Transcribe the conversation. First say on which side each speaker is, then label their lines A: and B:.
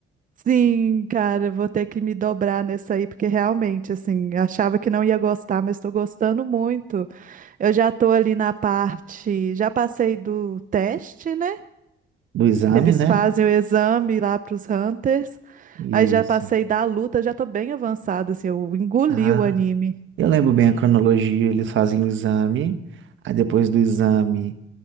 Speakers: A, on the right; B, on the right.
A: Sim, cara, vou ter que me dobrar nessa aí, porque realmente, assim, achava que não ia gostar, mas tô gostando muito. Eu já tô ali na parte, já passei do teste, né?
B: do exame,
A: que eles
B: né?
A: fazem o exame lá para os Hunters.
B: Isso.
A: Aí já passei da luta, já tô bem avançada, assim, eu engoli
B: Ah,
A: o anime.
B: eu lembro bem a cronologia, eles fazem o exame, aí depois do exame